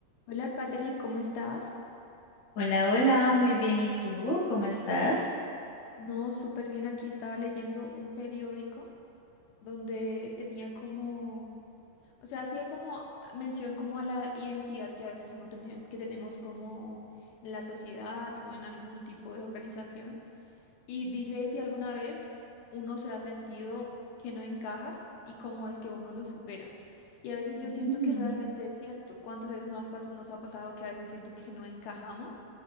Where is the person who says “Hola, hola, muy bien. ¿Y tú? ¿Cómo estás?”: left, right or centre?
Left